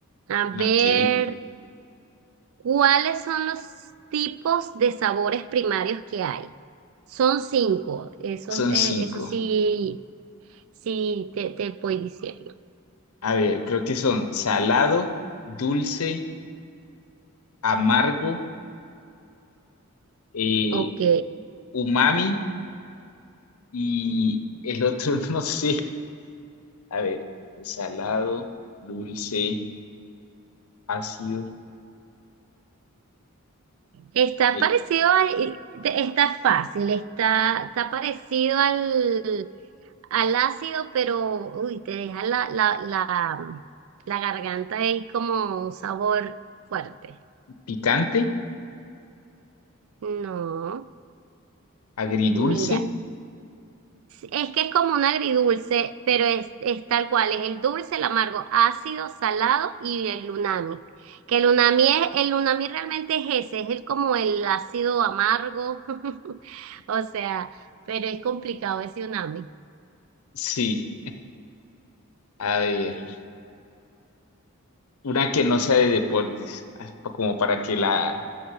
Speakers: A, on the right; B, on the left.
A: A ver,
B: Ok,
A: ¿cuáles son los tipos de sabores primarios que hay? Son cinco. Eso,
B: son
A: eh,
B: cinco.
A: eso sí. Sí, te, te voy diciendo.
B: A ver, creo que son salado, dulce, amargo, eh,
A: Ok.
B: umami y el otro <laughs> no sé. A ver, salado, dulce, ácido,
A: Está
B: eh,
A: parecido a- te- está fácil, está, está parecido al, al ácido, pero uy, te deja la, la, la, la garganta ahí como un sabor fuerte.
B: picante,
A: No,
B: agridulce.
A: mira. Es que es como un agridulce, pero es, es tal cual, es el dulce, el amargo, ácido, salado y el unami. Que el unami es, el unami realmente es ese, es el como el ácido amargo, <laughs> o sea, pero es complicado ese unami.
B: Sí, a ver. Una que no sea de deportes, ah, pa- como para que la
A: Por,